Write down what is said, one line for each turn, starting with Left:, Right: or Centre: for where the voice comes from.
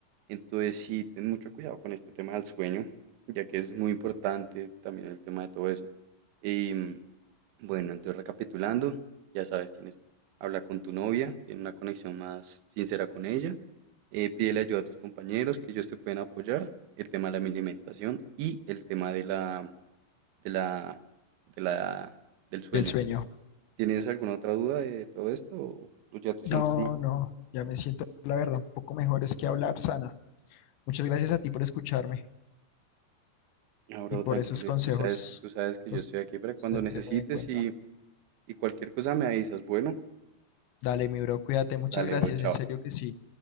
Right: Entonces sí, ten mucho cuidado con este tema del sueño ya que es muy importante también el tema de todo eso. Y mm, bueno, entonces recapitulando, ya sabes, tienes, habla con tu novia, tiene una conexión más sincera con ella, eh, pídele ayuda a tus compañeros que ellos te pueden apoyar, el tema de la alimentación y el tema de la, de la, de la, del sueño.
Left: del sueño.
Right: ¿Tienes alguna otra duda de todo esto o o ya te
Left: No,
Right: sientes mejor?
Left: no, ya me siento, la verdad, un poco mejor es que hablar sana. Muchas gracias a ti por escucharme
Right: Ahora
Left: y por
Right: tranquilo,
Left: esos consejos,
Right: tú sabes, tú sabes que
Left: los
Right: yo estoy aquí para
Left: los
Right: cuando
Left: tendré
Right: necesites
Left: muy en cuenta.
Right: y, y cualquier cosa me avisas. Bueno,
Left: Dale, mi bro, cuídate, muchas
Right: dale,
Left: gracias,
Right: bro, chao.
Left: en serio que sí.